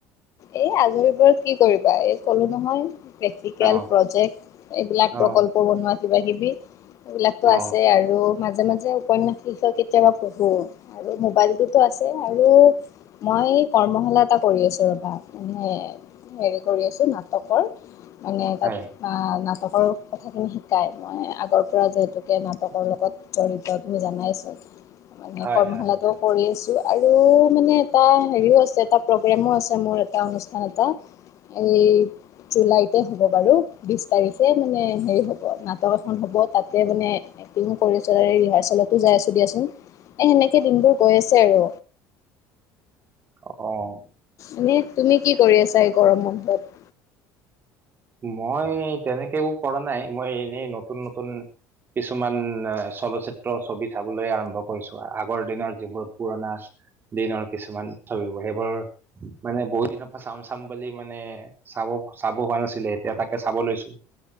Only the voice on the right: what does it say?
অ
অ
অ
হয়
হয়
হয় হয়
অ
মই তেনেকেও কৰা নাই মই এনেই নতুন নতুন কিছুমান এ চলচ্চিত্ৰ ছবি চাবলৈ আৰম্ভ কৰিছো আগৰ দিনৰ যিবোৰ পুৰণা দিনৰ কিছুমান ছবিবোৰ সেইবোৰ মানে বহুত দিনৰ পৰা চাম চাম বুলি মানে চাব চাব হোৱা নাছিলে এতিয়া তাকে চাব লৈছো